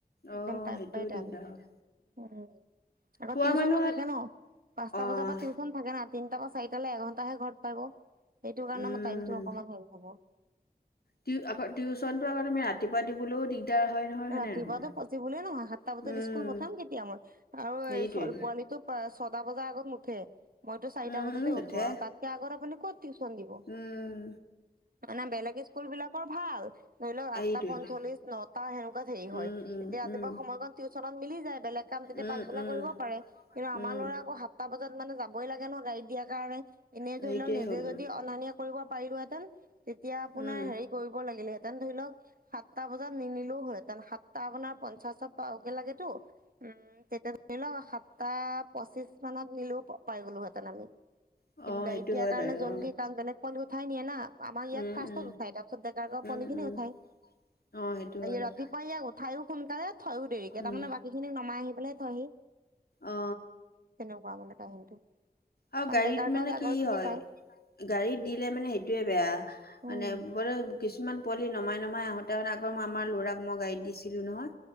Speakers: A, on the left; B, on the right.
A: অ',
B: একদম টাইম
A: সেইটোও
B: বাই টাইম,
A: দিগদাৰ হ'ল।
B: উম। আকৌ
A: থোৱা
B: টিউশচনো
A: মানুহ
B: থাকে ন, পাঁচটা
A: অ',
B: বজাৰ পৰা টিউশচন থাকে না তিনিটা বা চাৰিটালৈ এঘন্টাহে ঘৰত পাব, সেইটো কাৰণে
A: উম।
B: মোৰ টাইমটো অকমান হেৰি হ'ব।
A: টিউ আকৌ টিউচনটো আকৌ তুমি ৰাতিপুৱা দিবলৈও দিগদাৰ হয়। নহয় হয়নে
B: ৰাতিপুৱাটো
A: নহয়?
B: পচিবলে নহয়, সাতটা বজাত
A: উম
B: স্কুল পঠাম কেতিয়া মই? আৰু
A: সেইটোৱেই।
B: এই পোৱালিটোক ছটা বজাৰ আগত নুঠে। মইটো চাৰিটা
A: উম
B: বজাতে
A: উম নুঠে।
B: উঠোঁ, আৰু তাতকে আগত আপুনি ক'ত টিউচন দিব?
A: উম
B: মানে বেলেগ স্কুল বিলাকৰ ভাল, ধৰি লওক আঠটা
A: এইটোৱেটো
B: পঞ্চল্লিশ, ন তেনেকুৱাত হেৰি হয়,
A: উম উম
B: তেতিয়া ৰাতিপুৱা
A: উম।
B: সময়কন টিউচনত মিলি যায়, বেলেগ কাম তেতিয়া
A: উম
B: পাচবেলা
A: উম
B: কৰিব পাৰে। কিন্তু আমাৰ
A: উম।
B: ল'ৰা আক' সাতটা বজাত মানে যাবই লাগে ন গাড়ী দিয়াৰ কাৰণে, এনেই
A: সেইটোৱে
B: ধৰি লওক নিজে
A: হ'লতো।
B: যদি অনা নিয়া কৰিব পাৰিলোহেঁতেন, তেতিয়া আপোনাৰ
A: উম
B: হেৰি কৰিব লাগিলেহেতেন ধৰি লওক সাতটা বজাত নিনিলেও হয় তেন, সাতটা আপোনাৰ পঞ্চাশত পাবগে লাগেতো, উম, তেতিয়া নিলো, সাতটা পঁচিশ মানত নিলেও পাই গ'লো হেতেন আমি।
A: অ
B: কিন্তু গাড়ীত
A: সেইটো
B: দিয়াৰ
A: হয়
B: কাৰণে
A: বাৰু
B: জল্দি
A: অ
B: কাম বে পুৱালি উঠাই নিয়ে না, আমাৰ ইয়াত
A: উম
B: ফাৰ্ষ্টত
A: উম
B: উঠাই তাৰিছত ডেকাৰ গাঁও
A: উম
B: পুৱালি খিনি
A: উম
B: উঠায়।
A: অ সেইটো হয় বাৰু
B: ৰাতিপুৱা ইয়াক উঠায়ো সোনকালে থয়ো দেৰিকে,
A: উম
B: তাৰমানে বাকী খিনিক নমাই আহি পেলাই থয়হি।
A: অ
B: তেনেকুৱা মানে কাহিনিটো,
A: আৰু
B: কাৰণ
A: গাড়ীত
B: ডেকা
A: মানে
B: গাঁৱত
A: কি
B: আগৰ খিনি
A: হয়
B: পায়।
A: গাড়ীত দিলে মানে সেইটোৱে বেয়া।
B: উম
A: মানে গ কিছুমান পোৱালি নমাই নমাই আহোঁ‌তে আহোঁতে, আগৰ মই আমাৰ ল'ৰাক মই গাড়ীত দিছিলোঁ নহয়।